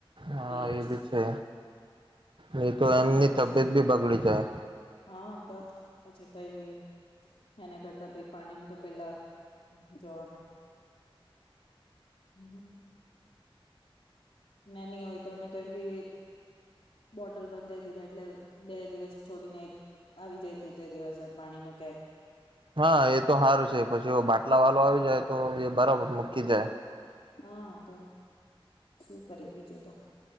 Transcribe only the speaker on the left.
એજ.
તાર પછી
હાં ત પછી <unintelligible> એના કરતાં ભ પાણી તો પેલા જોવાનું હમ્મ. ને ની હોય તો અમે તો એમ બી બોટલ બંધાઈ દીધા એટલે બે દિવસ છોડીને આવી જાય તો ત્રીજા દિવસ એ પાણી નો કેન.
હા તો શું કરીએ બીજું તો.